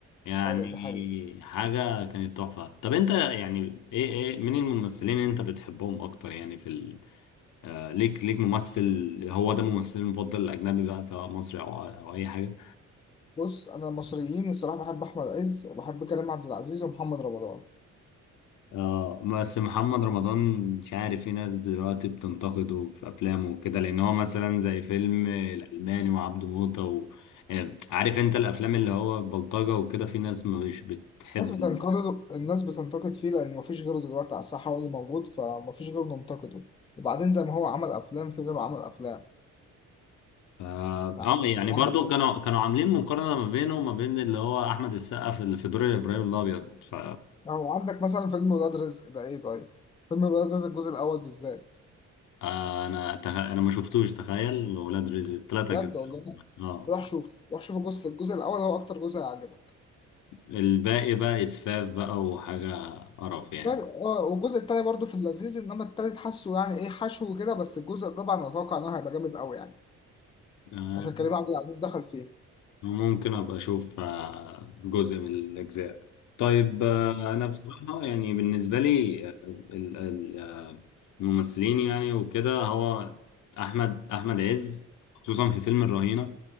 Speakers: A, on the left (about 80°); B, on the left (about 20°).
A: يعني
B: ايوه دي حقيقة
A: حاجة كانت تحفة طب انت يعني ايه ايه مين الممثلين اللي انت بتحبهم أكتر يعني في آه، ليك ليك ممثل هو ده ممثلي المفضل الأجنبي بقى سواء مصري أو أو أي حاجة
B: بص انا المصريين الصراحة بحب احمد عز وبحب كريم عبد العزيز ومحمد رمضان
A: آه بس محمد رمضان مش عارف في ناس دلوقتي بتنتقده في أفلامه وكده لأن هو مثلا زي فيلم الألماني وعبده موتة و... آه، عارف أنت الأفلام اللي هو بلطجة وكده في ناس مش بتحب
B: الناس بتنتقد الناس بتنتقد فيه لان مفيش غيره دلوقتي على الساحة هو اللي موجود فمفيش غيره ننتقده وبعدين زي ما هو عمل افلام في غيره عمل افلام
A: ف- اه
B: يعني
A: يعني
B: هو
A: برضو
B: احمد عز
A: كانوا كانوا عاملين مقارنة ما بينه وما بين اللي هو أحمد السقا في في دور إبراهيم الأبيض ف
B: او عندك مثلا فيلم ولاد رزق ده ايه طيب فيلم ولاد رزق الجزء الاول بالذات
A: آه، انا تخ... انا ما شفتوش تخيل ولاد رزق التلاتة
B: بجد
A: اجزاء
B: والله
A: هم. اه
B: روح شوف روح شوف بص الجزء الاول هو اكتر جزء هيعجبك
A: الباقي بقى اسفاف بقى وحاجة قرف
B: يعني،
A: يعني
B: اه والجزء التاني برضه في اللذيذ انما التالت حاسه يعني ايه حشو كده بس الجزء الرابع انا اتوقع ان هو هيبقى جامد قوي يعني
A: آه،
B: عشان كريم عبد العزيز دخل فيه
A: ممكن ابقى اشوف آه، جزء من الاجزاء طيب آه، انا بصراحة يعني بالنسبة لي آه، ال- ال- آه، الممثلين يعني وكده هو احمد احمد عز خصوصا في فيلم الرهينة